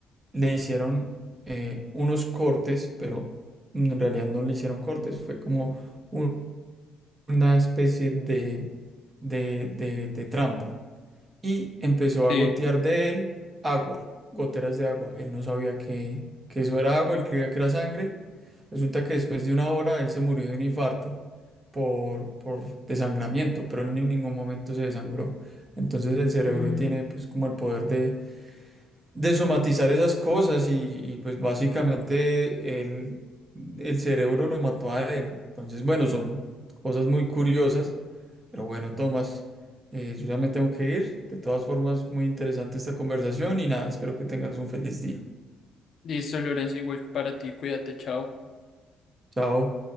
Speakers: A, on the right; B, on the left.
A: le hicieron eh, unos cortes, pero en realidad no le hicieron cortes, fue como un- una especie de, de, de, de trampa. Y empezó
B: sí.
A: a gotear de él agua, goteras de agua. Él no sabía que, que eso era agua, él creía que era sangre. Resulta que después de una hora él se murió de un infarto por, por desangramiento, pero él en ningún momento se desangró. Entonces el cerebro
B: Mm,
A: tiene pues como el poder de, de somatizar esas cosas y, y, pues básicamente él- el cerebro lo mató a él. Entonces bueno, son cosas muy curiosas, pero bueno, Tomás, eh, yo ya me tengo que ir. De todas formas, muy interesante esta conversación y nada, espero que tengas un feliz día.
B: listo, Lorenzo, igual para ti, cuídate, chao.
A: Chao.